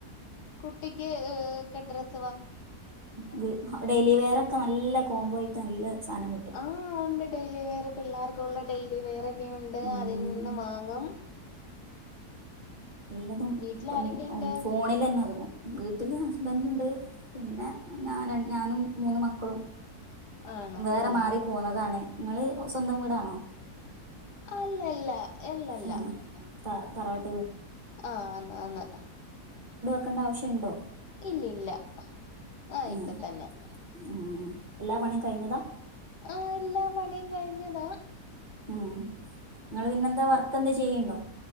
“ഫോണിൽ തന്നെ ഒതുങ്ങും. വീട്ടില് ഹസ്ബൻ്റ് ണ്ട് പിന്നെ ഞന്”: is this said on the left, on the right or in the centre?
Right